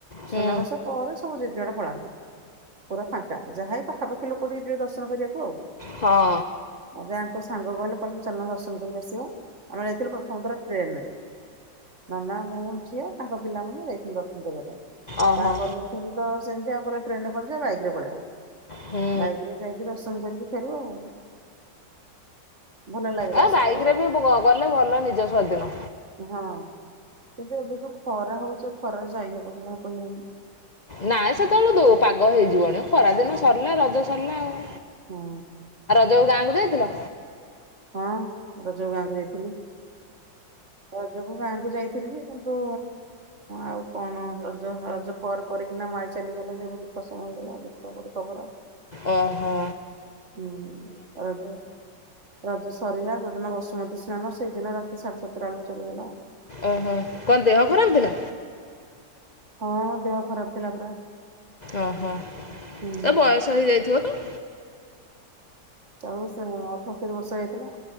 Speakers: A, on the left (about 35°); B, on the right (about 40°).
A: ହୁଁ
B: ସୁନାବେଶ ପରେ ସବୁ ଯିଏ ଯୁଆଡେ ପଳାନ୍ତି, ପୁରା ଫାଙ୍କା ଯାହା ଏଇ ପାଖାପାଖି ଲୋକ ଟିକେ ଯିବେ ଦର୍ଶନ କରିବାକୁ ଆଉ।
A: ହଁ
B: ମତେ ଆଙ୍କ ସାଙ୍ଗ କହିଲେ ଚାଲୁନା ଦର୍ଶନ କରିକି ଆସିବା, ଆମେ ଯାଇଥିଲୁ ପ୍ରଥମ ଥର ଟ୍ରେନରେ। ନା ନା ମୁଁ ଝିଅ, ତାଙ୍କ ପିଲାମାନେ ଯାଇଥିଲୁ ଦର୍ଶନ କରିବା ପାଇଁ।
A: ଓହୋ।
B: ତା ପର ବର୍ଷକୁ ତ ସେମିତି ଆଉ କହିଲେ ଟ୍ରେନରେ କଣ ଯିବା, ବାଇକରେ ପଳେଇବା।
A: ହୁଁ
B: ବାଇକରେ ଯାଇକି ରୋସନ କରିକି ଫେରୁ ଆଉ। ଭଲ ଲାଗେ ଦର୍ଶନ
A: ଆ ବାଇକରେ
B: କରିବାକୁ
A: ବି ଗଲେ ଭଲ ନିଜ ସ୍ୱାଧୀନ।
B: କିନ୍ତୁ ଏବେ ଯୋଉ ଖରା ହଉଛି, ଆଉ ଖରାରେ ଯାଇ ହବ କି ନାହିଁ କହିହଉନି।
A: ନାଇଁ ସେତେବେଳେ ଦଉ ପାଗ ହେଇଯିବଣି ଖରାଦିନ
B: ହଁ
A: ସରିଲା ରଜ ସରିଲା ଆଉ।
B: ହଁ।
A: ଯୋଉ ଗାଁକୁ ଯାଇଥିଲ?
B: ହଁ ରଜକୁ ଗାଁକୁ ଯାଇଥିଲି। ରଜକୁ ଗାଁକୁ ଯାଇଥିଲି ଯେ, କିନ୍ତୁ ଆଉ କଣ ରଜ ରଜ ପରେ ପରେ କିନା ମୋ ଆଇ ଚାଲିଗଲା ଯେ ବହୁତ୍ ଦୁଃଖ ସମୟ ହେଇଗଲା ଦୁଃଖ ଗୋଟେ ଖବର ଆଉ।
A: ଓ ହୋ।
B: ହୁଁ ରଜ ରଜ ସରିଲା ଯୋଉଦିିନ, ବସୁମତୀ ନା ନା ସେଇଦିନ ରାତି ସାଢେ ସାତଟା ବେଳକୁ ଚାଲିଗଲା ଆଉ।
A: ଓ ହୋ କଣ ଦେହ ଖରାପ ଥିଲା?
B: ହଁ ଦେହ ଖରାପ ଥିଲା ପୁରା।
A: ଓ ହୋ
B: ହୁଁ।
A: ଏ ବୟସ ହେଇଯାଇଥିବ ତ?
B: ଚଉସ ଅଠସ୍ତରୀ ବର୍ଷ ହେଇଥିଲା।